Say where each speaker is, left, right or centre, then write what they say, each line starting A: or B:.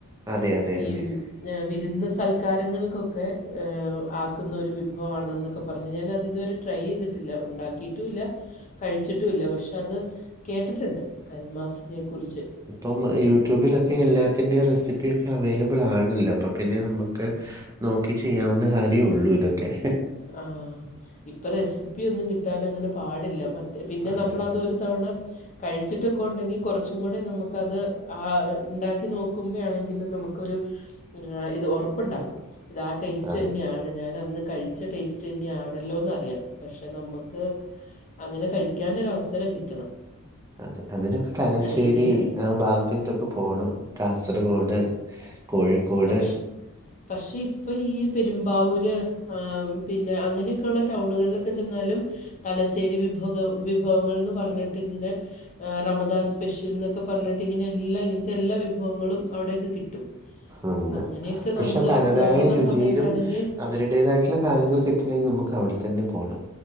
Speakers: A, on the right (about 15°); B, on the left (about 35°).
A: അതെ അതെ
B: ഈ
A: അതെ
B: വിരുന്ന് സൽക്കാരങ്ങൾക്കൊക്കെ ക്കെ ഏഹ് ആക്കുന്ന ഒരു വി വിഭവാണെന്നൊക്കെ പറഞ്ഞ് ഞാനത് ഇതുവരെ ട്രൈ ചെയ്തിട്ടില്ല ഉണ്ടാക്കിയിട്ടുല്ല കഴിച്ചിട്ടുല്ല പക്ഷെ അത് കേട്ടിട്ടുണ്ട് കൽമാസിനെക്കുറിച്ച്
A: ഇപ്പം യൂട്യൂബിലൊക്കെ എല്ലാത്തിന്റെയും റെസിപ്പിയൊക്കെ അവൈലബിൾ ആണല്ലോ അപ്പൊ പിന്നെ നമ്മക്ക് നോക്കി ചെയ്യാവുന്ന കാര്യ ഉള്ളൂ ഇതൊക്കെ
B: ആഹ് ഇപ്പൊ റെസിപ്പി ഒന്നും കിട്ടാൻ അങ്ങനെ പാടില്ല മറ്റേ പിന്നെ
A: പാടില്ല
B: നമ്മളതൊരു തവണ കഴിച്ചിട്ടൊക്കെ ഉണ്ടെങ്കി കൊറച്ചും കൂടെ നമുക്കത് ആഹ് ഉണ്ടാക്കി നോക്കുമ്പഴാണെങ്കിലും നമുക്കൊരു ഇത് ഒറപ്പുണ്ടാകും ഇത് ആ ടേസ്റ്റ്
A: അതെ
B: തന്നെയാണ് ഞാൻ അന്ന് കഴി ച്ച ടേസ്റ്റ് തന്നെയാണല്ലോന്ന് അറിയാം പക്ഷെ നമുക്ക് അങ്ങനെ കഴിക്കാനൊരവസരം കിട്ടണം
A: അതെ അതൊരു തലശ്ശേരി
B: അല്ലെങ്കിൽ
A: ആ ഭാഗത്തേട്ടൊക്കെ പോണം കാസർഗോഡ്, കോഴിക്കോട്
B: പക്ഷേ പക്ഷേ ഇപ്പ ഈ പെരുമ്പാവൂര് ആഹ് പിന്നെ അങ്ങനെയൊക്കെയുള്ള ടൗണുകളിലൊക്കെ ചെന്നാലും തലശ്ശേരി വിഭവ വിഭവങ്ങൾന്ന് പറഞ്ഞിട്ട് ഇങ്ങനെ റമദാൻ സ്പെഷ്യൽ എന്നൊക്കെ പറഞ്ഞിട്ട് ഇങ്ങനെ എല്ലാ ഇങ്ങനത്തെ എല്ലാ വിഭവങ്ങളും അവിടെയൊക്കെ കിട്ടും
A: ഉണ്ട്
B: അങ്ങനെയൊക്കെ
A: പക്ഷെ
B: നമ്മൾ
A: തനതായ
B: പോകുന്ന
A: രുചിയിലും
B: സമയത്താണെങ്കിൽ
A: അവരുടേതായിട്ടുള്ള കാര്യങ്ങൾ കിട്ടണങ്കിൽ നമുക്ക് അവിടെ തന്നെ പോണം